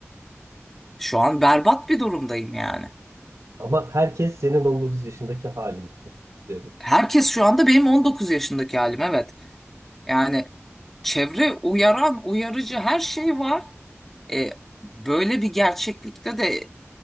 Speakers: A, in the centre; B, on the right (about 85°).
A: Şu an berbat bir durumdayım yani.
B: ama herkes senin 19 yaşındaki halin gibi. Öyle düşün.
A: Herkes şu anda benim 19 yaşındaki halim evet. Yani çevre uyaran, uyarıcı her şey var. E, böyle bir gerçeklikte de